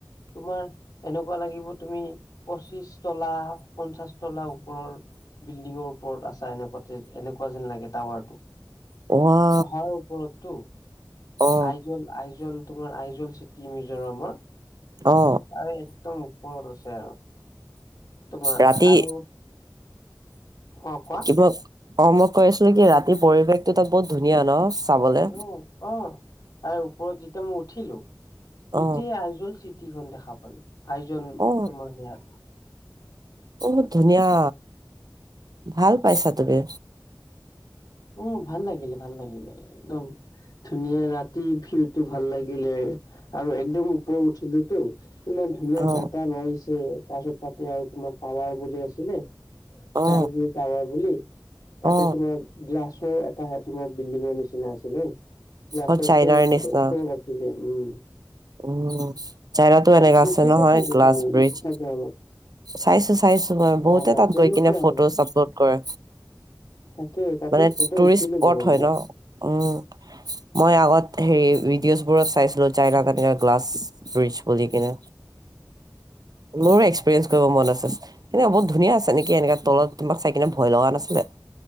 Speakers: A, on the left; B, on the right.
A: তোমাৰ এনেকুৱা লাগিব, তুমি পঁচিশ তলাত পঞ্চাশ তলা ওপৰৰ বিল্ডিঙৰ ওপৰত আছা এনেকুৱা তে, এনেকুৱা যেন লাগে টাৱাৰটো
B: ৱা
A: পাহাৰৰ ওপৰততো,
B: অ
A: আইজল আইজল তোমাৰ আইজল চিটি মিজোৰামৰ
B: অ
A: তাৰে একদম ওপৰত আছে আৰু। তোমাৰ
B: ৰাতি
A: আৰু অ কোৱা
B: কিবা অ, মই কৈ আছিলো কি ৰাতিৰ পৰিৱেশটো তাত বহুত ধুনীয়া ন! চাবলে
A: অ', অ, তাৰ ওপৰত যেতিয়া মই উঠিলো, গোটেই
B: অ
A: আইজল চিট টি খন দেখা পালো, আইজল,
B: অ
A: তোমাৰ সেয়াত
B: বহুত ধুনীয়া, ভাল পাইছা তুমি।
A: উম, ভাল লাগিলে ভাল লাগিলে, একদম ধুনীয়া, ৰাতিৰ ভিউটো ভাল লাগিলে, আৰু একদম ওপৰত উঠিলো তো, ইমান ধুনীয়া
B: অ
A: বতাহ মাৰিছে, তাৰপিছত তাতে আৰু তোমাৰ টাৱাৰ বলি আছিলে স্কাই
B: অ
A: ভিউ টাৱাৰ বুলি, তাতে
B: অ
A: তোমাৰ গ্লাছৰ এটা তোমাৰ বিল্ডিঙৰ নিচিনা আছিলে, গ্লাছৰ
B: অ চাইনাৰ
A: চ
B: নিচিনা
A: থাকে <unintelligible> উম।
B: উম, চাইনাটো এনেকা
A: দেখিছা
B: আছে নহয়,
A: চাগে
B: গ্লাছ
A: তুমি
B: ব্ৰিজ।
A: ইনষ্টাগ্ৰামত।
B: চাইছো চাইছো মই, বহুতে
A: অ', অ',
B: তাত
A: তেনেকুৱাই।
B: গৈ কিনে ফটোজ আপলোড কৰে।
A: তাকে তাতেও
B: মানে
A: ফটো
B: টুৰিষ্ট
A: উঠিলো
B: স্পট
A: বাৰু
B: হয়
A: মই।
B: ন। উম, মই আগত হেৰি ভিডিঅছ বোৰত চাইছিলো চাইনা <unintelligible> গ্লাছ <unintelligible> কেনে, মোৰো এক্সপিৰিয়েঞ্চ কৰিব মন আছে। কেনেকুৱা বহুত ধুনীয়া আছে নেকি এনেকা তলত কোনোবাই চাইকিনে ভয় লগা নাছিলে?